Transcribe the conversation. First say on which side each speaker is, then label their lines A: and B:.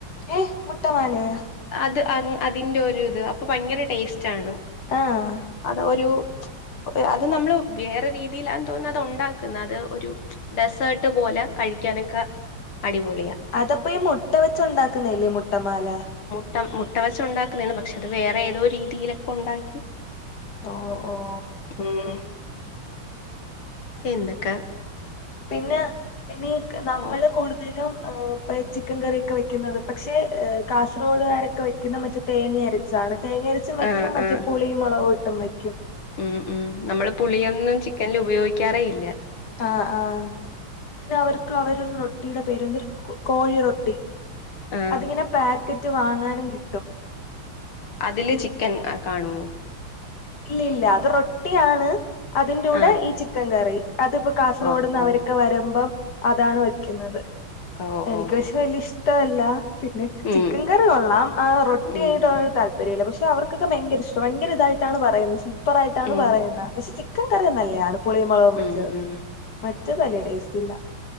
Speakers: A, on the left; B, on the left.
A: ഏഹ് മുട്ടമാലയ?
B: അത് അഹ് അതിന്റെ ഒര് ത് അപ്പൊ ഭയങ്കര ടേസ് റ്റാണ്
A: ആഹ്
B: അത് ഒരു അത് നമ്ള് വേറെ രീതിലാ തോന്നു അത് ഒണ്ടാക്ന്നത് ഒരു ഡെസേർട്ട് പോലെ കഴിക്കാനൊക്ക അടിപൊളിയ.
A: അതപ്പഈമുട്ടവെച്ച് ഉണ്ടാക്കുന്നയെ ല്ലേമുട്ടമാല
B: അ മുട്ടവച്ച് ഉണ്ടാക്കുനേണ്പക്ഷെ അതവേറെഏതോ രീതിയിലൊക്കെ ഉണ്ടാക്കി
A: ഒ ഒ ഓ
B: ഉം എന്തക്കെ
A: പിന്ന പിന്നി നമ്മള്കൂടുതലും
B: ഓഹ്
A: ഏ ഇ ചിക്കൻകറിയൊക്കെവെക്കുന്നത് പക്ഷേകാസറോഡുകാരൊക്കെ വെക്കുന്നമറ്റ്തേങ്ങയര ചാണ് തേങ്ങഅരച്ചുംവയ്ക്കുംമറ്റേ
B: ആഹ് ആഹ്
A: പുളിമുളകുട്ടുംവെക്യും
B: ഉം ഉം നമ്മള്പുളിയൊന്നുംചിക്കനില് ഉപയോഗിക്കാറേഇല്ല.
A: ആ ആ പിന്നെ അവർക്ക് അവര് റൊട്ടിടെപേര് എന്തരു കോഴിറൊട്ടി
B: ആഹ്
A: അതിങ്ങനെപാക്കറ്റ് വാങ്ങാനുംകി
B: അതില്ചിക്കൻ കാണൊ
A: ഇല്ലില്ലഅത്റൊട്ടിആണ്അത് ന്റുടെ
B: ആഹ്
A: ഈചിക്കൻകറി അത്പ കാസർഗോഡ്ന്ന്
B: ആഹ്
A: അവരൊക്കെ
B: ആഹ്
A: വരുമ്പം അതാണ് വെക്യുന്നത്
B: ഓഹ്ഓ
A: സ്‌പെഷല് ഇഷ്ടല്ലപിന്നെചിക്കൻ
B: ഉം
A: കറികൊള്ളാംആറൊട്ടി
B: ഉം
A: <unintelligible> പരിയല്ല പക്ഷെഅവർകൊക്കെ ഭയങ്കരഷ്ടഭയങ്കരഇതായി ടാണ് പറയുന്നസുപ്പറായിട്ടാണ്
B: ഉം
A: പറയുന്നത്പഷെചിക്കൻ കറിനല്ലെയാണ് പുളിമുുളകുംവെച്ച്
B: ഉം ഉം
A: മറ്റതല്യടേസ്റ്റ്ല്ല